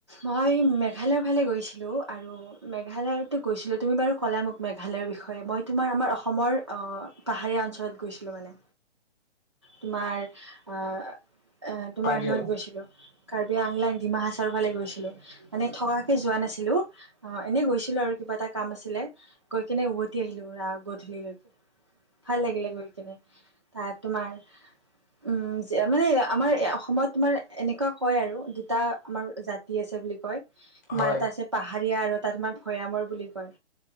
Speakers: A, on the right; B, on the left.
A: মই মেঘালয়ৰ ফালে গৈছিলোঁ আৰু মেঘালয়তো গৈছিলোঁ তুমি বাৰু ক'লা মোক মেঘা মেঘালৰ বিষয়ে মই তোমাৰ আমাৰ অসমৰ অ পাহাৰীয়া অঞ্চলত গৈছিলোঁ মানে তোমাৰ আহ তোমাৰ
B: কাৰ্বি
A: সিহত
B: আলং
A: গৈছিলো কাৰ্বি আংলাং ডিমা হাচাৰৰ ফালে গৈছিলো মানে থকাকে যোৱা নাছিলো অ এনে গৈছিলো আৰু কিবা এটা কাম আছিলে গৈ কিনে উভতি আহিলো ৰা গধূলিলৈকে ভাল লাগিলে গৈ কেনে ত তোমাৰ উম মানে আমাৰ অসমত তোমাৰ এনেকুৱা কয় আৰু দুটা আমাৰ জাতি আছে বুলি কয়। তোমাৰ
B: হয়
A: এটা আছে পাহাৰীয়া আৰু এটা তোমাৰ ভৈয়ামৰ বুলি কয়।